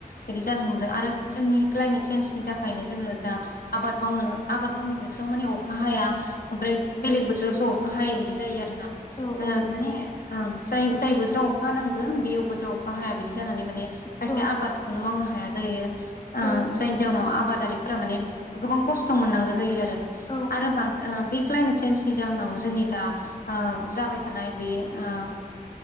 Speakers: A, on the left; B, on the left.
A: बिदि जानो हमदों आरो जोंनि क्लाइमेट चेन्सनि थाखायनो जोङो दा आबाद मावनो आबाद मावनाय बोथोराव माने अखा हाया ओमफ्राय बेलेग बोथोरावसो अखा हायो बिदि जायो आरो ना
B: औ
A: माने
B: औ नंगौ
A: ओ जाय जाय बोथोराव अखा नांगौ बे बोथोराव अखा हाया बिदि जानानै माने खायसे
B: औ
A: आबादखोनो मावनो हाया‌ जायो ओ
B: औ
A: जायनि जाउनाव आबादारि फ्रा माने गोबां खस्थ' मोनांगो जायो आरो
B: औ
A: ओरो बांसिन बि क्लाइमेट चेन्जनि जाहोनावनो जोंनि दा ओ जाबाय थानाय बे ओ